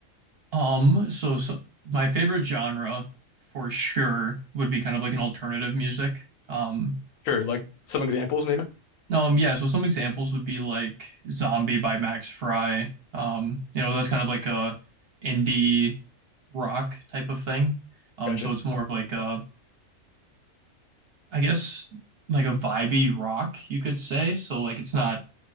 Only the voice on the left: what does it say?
Sure, like some examples maybe.
Gotcha.